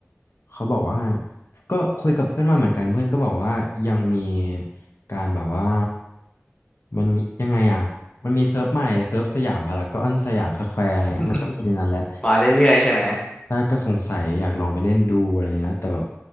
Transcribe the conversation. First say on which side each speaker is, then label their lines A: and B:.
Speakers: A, on the left; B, on the left.
A: เขาบอกว่าไงนะก็คุยกับเพื่อนมาเหมือนกันเพื่อนก็บอกว่ายังมีการแบบว่ามันมียังไงอ่ะมันมีเซิร์ฟใหม่เซิร์ฟสยามพารากอนสยามสแควร์อะไรเงี้ยมันก็มีในนั้นแหละ
B: <laughs> มาเรื่อยๆใช่ไหม
A: ใช่ก็สงสัยอยากลองไปเล่นดูอะไรเงี้ยแต่แบบ